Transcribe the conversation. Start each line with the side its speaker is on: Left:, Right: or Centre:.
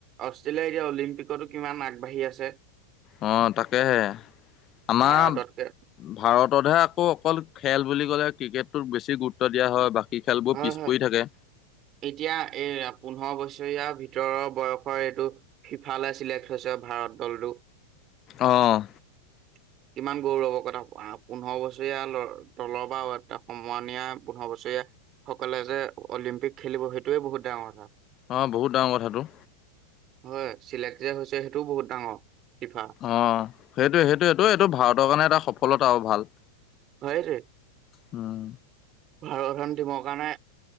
Right: অষ্ট্ৰেলিয়া এতিয়া অলিম্পিকটো কিমান আগবাঢ়ি আছে।
Left: অঁ তাকেহে, আমা-
Right: ভাৰততকে।
Left: ভাৰততহে আকৌ অকল খেল বুলি ক'লে ক্ৰিকেটটোত বেছি গুৰুত্ব দিয়া হয় বা কি খেলবো
Right: হয়,
Left: পিছ
Right: হয়,
Left: পৰি থাকে।
Right: এতিয়া এই পোন্ধৱ বছৰীয়া ভিতৰৰ বয়সৰ এইটো ফিফালে চিলেক্ট হৈছে ভাৰত দলটো।
Left: অঁ।
Right: <inaudible> কিমান গৌৰৱ কথা! পোন্ধৱ বছৰীয়া তলৰ বা সমনীয়া পোন্ধৱ বছৰীয়া সকলে যে অলিম্পিক খেলিব সেইটোয়ে বহুত ডাঙৰ কথা!
Left: অ, বহুত ডাঙৰ কথাটো।
Right: হয়, চিলেক্ট যে হৈছে সেইটোও বহুত ডাঙৰ, ফিফা।
Left: অ' সেইটোৱে-সেইটোৱেটো এইটো ভাৰতৰ কাৰণে এটা সফলতা আৰু ভাল।
Right: হয় সেটোৱে।
Left: উম'।
Right: ভাৰত-হন টিমৰ কাৰণে,